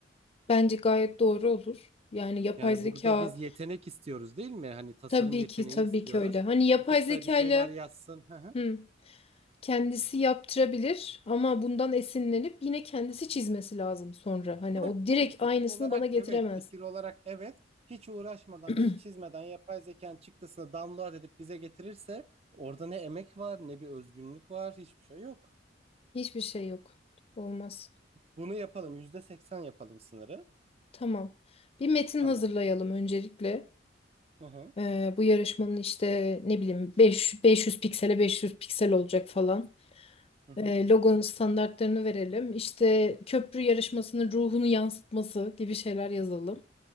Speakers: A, on the left; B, on the right.
A: bence gayet doğru olur. Yani yapay
B: Yani
A: zeka
B: burada biz yetenek istiyoruz değil mi? Hani tasarım
A: tabii
B: yeteneği
A: ki tabii
B: istiyoruz.
A: ki öyle. Hani yapay
B: Tutup
A: zekayla
B: da bir şeyler yazsın. <laughs>
A: hmm, kendisi yaptırabilir ama bundan esinlenip yine kendisi çizmesi lazım sonra. Hani o
B: Heh,
A: direkt
B: heh, Fikir
A: aynısını
B: olarak
A: bana getiremez.
B: evet, fikir olarak evet. Hiç uğraşmadan,
A: <clears throat>
B: hiç çizmeden yapay zekanın çıktısını download edip bize getirirse orada ne emek var, ne bir özgünlük var, hiçbir şey yok.
A: Hiçbir şey yok. Olmaz.
B: Bunu yapalım, yüzde seksen yapalım sınırı.
A: Tamam. Bir metin
B: Tamam.
A: hazırlayalım öncelikle.
B: Hı hı,
A: Ee, bu yarışmanın işte ne bileyim 5, 500 piksele 500 piksel olacak falan.
B: hı hı,
A: Ee, logonun standartlarını verelim. İşte köprü yarışmasının ruhunu yansıtması gibi şeyler yazalım.